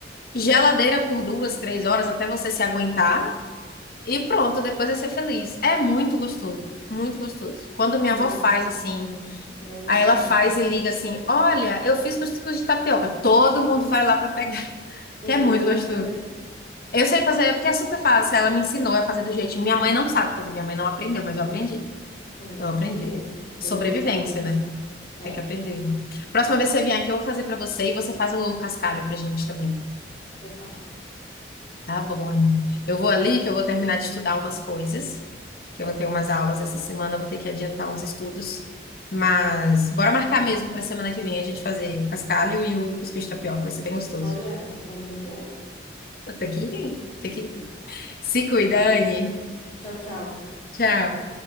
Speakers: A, on the left (about 50°); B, on the left (about 30°).
A: Geladeira por duas, três horas até você se aguentar. E pronto, depois é ser feliz. É muito gostoso, muito gostoso. Quando minha
B: não,
A: avó faz
B: não.
A: assim,
B: Nossa, deu vontade.
A: aí ela faz e liga assim: Olha, eu fiz cuscuz de tapioca. Todo mundo vai lá pra pegar. que
B: E
A: é
B: tu
A: muito
B: já sabe
A: gostoso.
B: fazer?
A: Eu sei fazer porque é super fácil. Ela me ensinou a fazer do jeitinho. Minha mãe não sabe fazer, minha mãe não aprendeu, mas eu aprendi.
B: Hum,
A: Eu aprendi.
B: tudo bem.
A: Sobrevivência,
B: Também quero isso.
A: né?
B: É,
A: Tem que aprender. Próxima vez que você vier aqui, eu vou fazer pra você e você faz o cascalho pra gente também.
B: eu faço.
A: Tá bom, Anny? Eu vou ali que eu vou terminar de estudar umas coisas, que eu vou ter umas aulas essa semana, eu vou ter que adiantar uns estudos. Mas bora marcar mesmo pra semana que vem a gente fazer o cascalho e o cuscuz de tapioca, vai ser bem gostoso.
B: Olha, olha que eu vou.
A: Tem que ir, tem que ir. Se cuida, Anne.
B: Tchau, tchau.
A: Tchau.